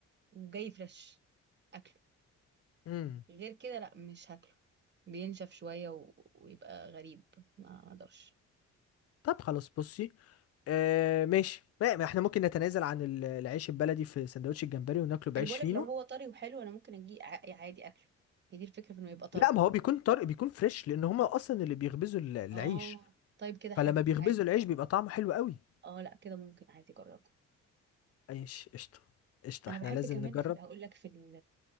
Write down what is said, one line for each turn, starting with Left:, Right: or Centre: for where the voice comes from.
Right: وجاي فريش اكله
Left: امم
Right: غير كده لا مش هاكله بينشف شوية و... ويبقى غريب ما اقدرش
Left: طب خلاص بصي آه ماشي ما ما احنا ممكن نتنازل عن ال- العيش البلدي في سندوتش الجمبري وناكله بعيش
Right: ما انا بقولك
Left: فينو
Right: لو هو طري وحلو انا ممكن اجي ع- عادي اكله هي دي الفكرة في انه يبقى طري
Left: لا ما هو بيكون طري بيكون فريش لان هما اصلا اللي بيخبزوا ال- العيش
Right: اه طيب كده حلو
Left: فلما بيخبزوا
Right: عادي
Left: العيش بيبقى طعمه حلو قوي
Right: اه لا كده ممكن عادي جربه
Left: ايش قشطة قشطة
Right: انا
Left: احنا
Right: بحب
Left: لازم
Right: كمان
Left: نجرب
Right: في هقول لك في ال...